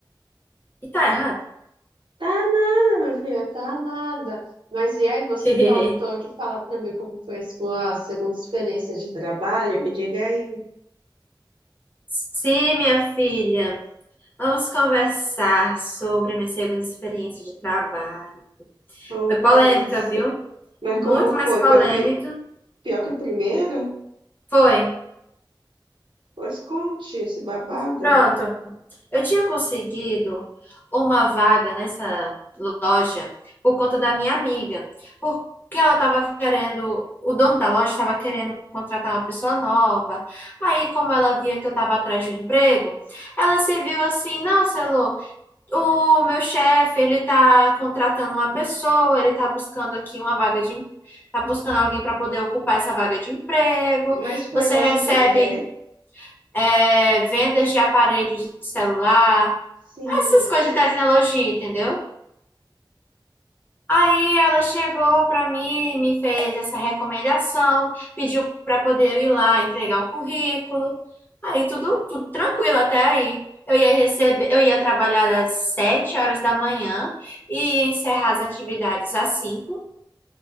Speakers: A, on the left; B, on the right.
A: E tá errado?
B: Tá nada, minha filha, tá nada. Mas e aí, você
A: <laughs>
B: faltou de falar pra mim como foi a sua segunda experiência de trabalho? Me diga aí,
A: Sim, minha filha, vamos conversar sobre a minha segunda experiência de trabalho.
B: conversa.
A: Foi polêmica, viu?
B: Mas
A: Muito
B: como foi?
A: mais polêmica.
B: Foi pi- pior que a primeira?
A: Foi.
B: Pois conte esse babado.
A: Pronto. Eu tinha conseguido uma vaga nessa loja por conta da minha amiga, porque ela estava querendo, o dono da loja estava querendo contratar uma pessoa nova. Aí, como ela via que eu estava atrás de um emprego, ela se viu assim: nossa, Elô, o meu chefe, ele tá contratando uma pessoa, ele tá buscando aqui uma vaga de, em- tá buscando alguém para poder ocupar essa vaga de emprego.
B: Mas foi
A: Você
B: em loja
A: recebe.
B: de quê?
A: é, vendas de aparelhos de celular,
B: Sim,
A: essas coisas de tecnologia, entendeu? Aí ela chegou para mim, me fez essa recomendação, pediu para poder eu ir lá entregar o currículo. Aí tudo, tudo tranquilo até aí. Eu ia receber, eu ia trabalhar das sete horas da manhã e ia encerrar as atividades às cinco.